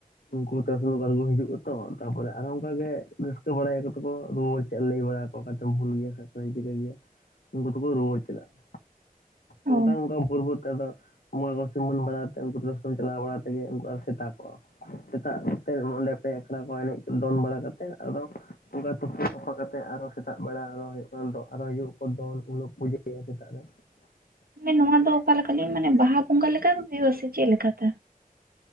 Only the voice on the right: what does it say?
ᱚ
ᱢᱟᱱᱮ ᱱᱚᱣᱟ ᱫᱚ ᱚᱠᱟ ᱞᱮᱠᱟᱞᱤᱧ ᱢᱟᱱᱮ ᱵᱟᱦᱟ ᱵᱚᱸᱜᱟ ᱞᱮᱠᱟ ᱦᱩᱭᱩᱜ-ᱟ ᱥᱮ ᱪᱮᱫ ᱞᱮᱠᱟ ᱛᱮ?